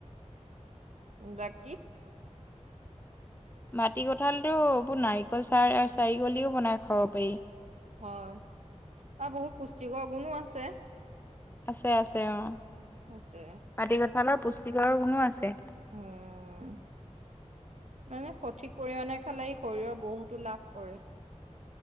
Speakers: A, on the right; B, on the left.
A: উম, বাকী
B: মাটি কঁঠাল দিয়ো এইবোৰ নাৰিকল চাৰ- চাৰিকল দিওঁ বনাই খাব পাৰি।
A: হয়, অ' বহুত পুষ্টিকৰ গুণো আছে।
B: আছে আছে অ'।
A: আছে।
B: মাটি কঁঠালৰ পুষ্টিকৰৰ গুণো আছে।
A: উম। মানে সঠিক পৰিমাণে খালে ই শৰীৰৰ বহুতো লাভ কৰে।